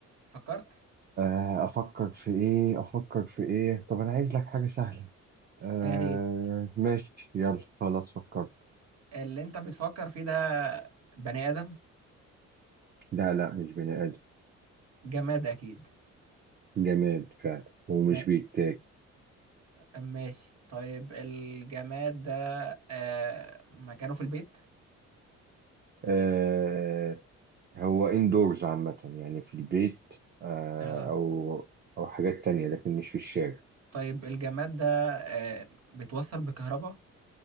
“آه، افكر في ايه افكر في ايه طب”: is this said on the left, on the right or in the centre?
Right